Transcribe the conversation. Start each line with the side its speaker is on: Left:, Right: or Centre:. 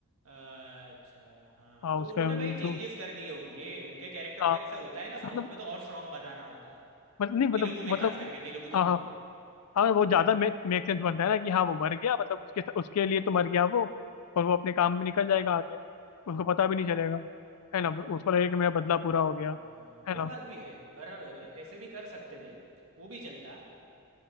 Right: अच्छा हाँ
Left: हाँ
Right: तो
Left: उसका
Right: उन्होंने भाई चेंजेस
Left: जो
Right: कर दिए होंगे उनके कैरेक्टर
Left: हाँ
Right: को ऐसा होता है ना
Left: मतलब
Right: साउथ में तो और स्ट्रांग बताना होता है
Left: मतलब नहीं मतलब
Right: तेलुगु में
Left: मतलब
Right: खास करके तेलुगु
Left: हाँ
Right: तमिल
Left: हाँ
Right: में
Left: हाँ वो ज्यादा मेक मेक सेंस बनता है ना कि हाँ वो मर गया मतलब उसके उसके लिए तो मर गया वो और वो अपने काम में निकल जाएगा आगे उसको पता भी नहीं चलेगा है ना उसको लगेगा कि मेरा बदला पूरा हो गया
Right: हाँ,
Left: है
Right: वो
Left: ना
Right: बात भी है बराबर है ऐसे भी कर सकते थे वो भी चलता